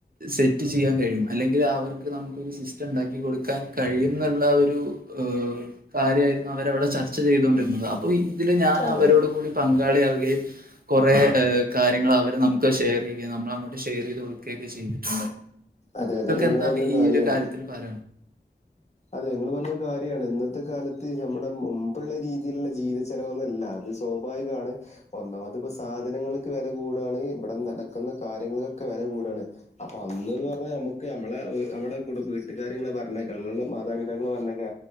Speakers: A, on the right; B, on the left.
A: സെറ്റ് ചെയ്യാൻ കഴിം അല്ലെ ഇലവർക്ക് നമുക്കൊരു സിസ്റ്റംണ്ടാക്കി കൊടുക്കാൻ കഴിയുന്നിള്ള ആ ഒരു ഏഹ് കാര്യായിരുന്നു അവരവിടെ ചർച്ച ചെയ്തോണ്ടിര്ന്നത് അപ്പൊ ഇതില് ഞാൻ
B: അതെ
A: അവരോട് കൂടി പങ്കാളിയാവുകയും കുറേ ഏഹ് കാര്യങ്ങള് അവര് നമുക്ക് ഷെയറെയ്യുകയും നമ്മൾ അങ്ങോട്ട് ഷെയ്റെയ്ത് കൊട്ക്കേക്കെ ചെയ്തിട്ട്ണ്ട്
B: അതെ അതെ നിങ്ങൾ
A: എന്താണ്
B: പറഞ്ഞൊരു
A: ഈ
B: കാര്യാണ്
A: ഒരു കാര്യത്തിൽ പറ
B: അതെ ഇങ്ങള് പർഞ്ഞൊം കാര്യാണ് ഇന്നത്തെ കാലത്ത് ഞമ്മുടെ മും മ്പുള്ള രീതീൽ ഉള്ള ജീവത ചെലവൊന്നല്ല അത് സ്വാഭാവികാണ് ഒന്നാമത് ഇപ്പ സാധനങ്ങൾക്ക് വെല കൂടാണ് ഇവടെ നടക്കുന്ന കാര്യങ്ങള് കൊക്കെ വെല കൂടാണ് അപ്പൊ അന്ന്ന്ന് പർഞ്ഞാ നമ്മക്ക് നമ്മളെ നമ്മടെ കുടു വീട്ടുകാര് ഇങ്ങനെ പറഞ്ഞേക്കൺ മാതാപിതാക്കൾ പറഞ്ഞക്കെ